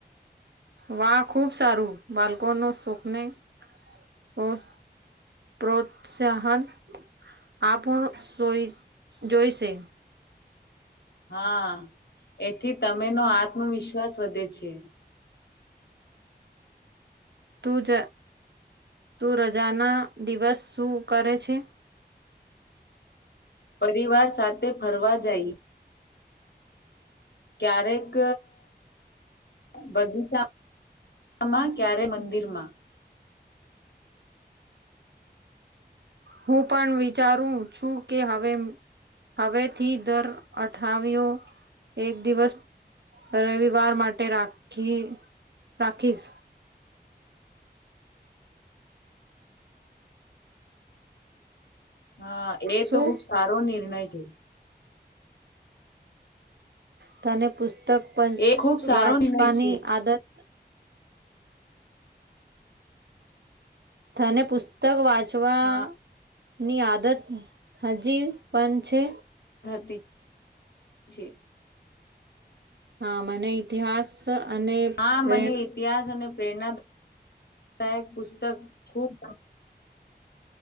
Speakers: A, on the right; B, on the left.
A: વાહ ખુબ સારું બાળકો નો શોકને <unintelligible> પ્રોત્સાહન આપણો જો જોઈશે.
B: હા એથી તમે નો આત્મવિશ્વાસ વધે છે.
A: તું જ તું રજાના દિવસ શું કરે છે.
B: પરિવાર સાથે ફરવા જઈ ક્યારેક બગીચામાં ક્યારે મંદિર માં.
A: હું પણ વિચારું છું કે હવે હવેથી દર અઠાવયો એક દિવસ રવિવાર માટે રાખી રાખીશ.
B: હા એ
A: શું
B: તો ખુબ સારો નિર્ણય છે.
A: તને પુસ્તક પણ
B: એ ખુબ સારો
A: વાંચવાની
B: નિર્ણય છે
A: આદત તને પુસ્તક વાંચવા
B: હા
A: ની આદત હજી પણ છે.
B: ધતી છે.
A: હા મને ઇતિહાસ અને
B: હા
A: પ્રેરણા
B: મને ઇતિહાસ અને પ્રેરણાદાયકપુસ્તક ખબ